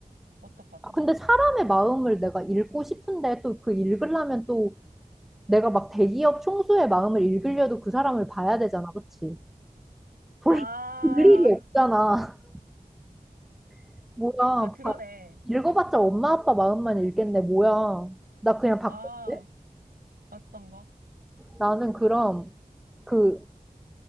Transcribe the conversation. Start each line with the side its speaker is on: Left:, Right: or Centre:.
Right: 어떨 것
Centre: 아,
Right: 같아?
Centre: 근데 사람의 마음을 내가 읽고 싶은데 또 그 읽으려면 또 내가 막 대기업 총수의 마음을 읽으려도 그 사람을 봐야 되잖아, 그치? 볼,
Right: 아,
Centre: 볼 일이 없잖아. <laughs> 뭐야,
Right: 아, 그러네.
Centre: 봐- 읽어봤자 엄마 아빠 마음만 읽겠네, 뭐야. 나 그냥 바꿀게.
Right: 아, 맞던 거.
Centre: 나는 그럼 그,